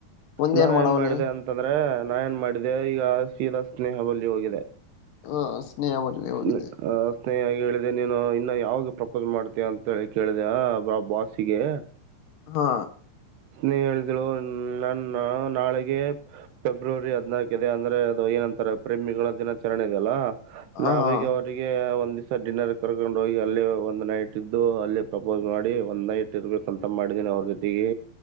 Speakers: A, on the left; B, on the right.
A: ಮುಂದ
B: ನಾ
A: ಏನು ಮಾಡವ
B: ಏನ್ ಮಾಡಿದೆ
A: ನೀ
B: ಅಂತಂದ್ರೆ ನಾ ಏನ್ ಮಾಡಿದೆ ಈಗ ಶೀರಾ ಸ್ನೇಹ ಬಳಿ ಹೋಗಿದೆ
A: ಹ ಬದಲ ಹೋಗಿದೆ
B: ಸ್ನೇ- ಆ, ಸ್ನೇಹ ಹೇಳಿದೆ ನೀನು ಇನ್ನ ಯಾವಾಗ ಪ್ರಪೋಸ್ ಮಾಡ್ತೀಯ ಅಂತ ಹೇಳಿ ಕೇಳಿದೆ ಬ ಬಾಾಸಿಗೆ
A: ಹಾ
B: ಸ್ನೇಹಿ ಹೇಳಿದ್ಳು ನನ್ನ ನಾಳೆಗೆ ಫೆಬ್ರವರಿ ಹದ್ನಾಾಲ್ಕ ಇದೆ ಅಂದ್ರೆ ಅದು ಏನಂತಾರೆ ಪ್ರೇಮಿಗಳ ದಿನ ರಣ ಇದಲ್ಲ
A: ಹ
B: ನಾವಗ
A: ಹಾ
B: ಅವರಿಗೆ ಒಂದು ಸರ್ ಡಿನ್ನರ್ ಕರ್ಕೊಂಡ ಹೋಗಿ ಅಲ್ಲೇ ಒಂದ್ ನೈಟ್ ಇದ್ದು ಅಲ್ಲೇ ಪ್ರಪೋಸ್ ಮಾಡಿ ಒಂದ್ ನೈಟ್ ಇರ್ಬೇಕಂತ ಮಾಡಿದೀನಿ ಅವ್ರ ಜೊತೆಗೆ